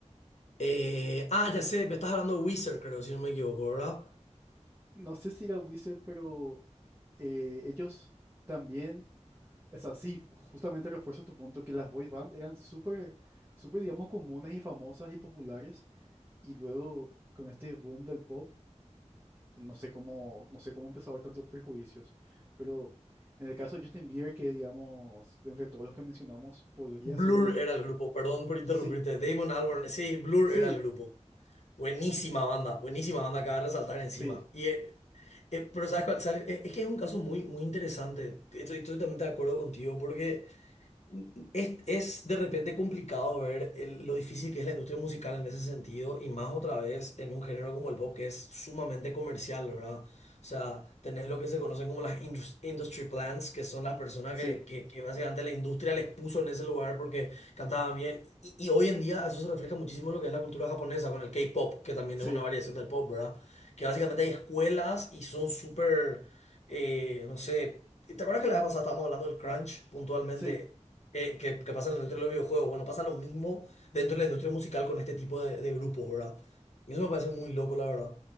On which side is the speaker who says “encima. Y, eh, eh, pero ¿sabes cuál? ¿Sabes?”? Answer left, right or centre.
Left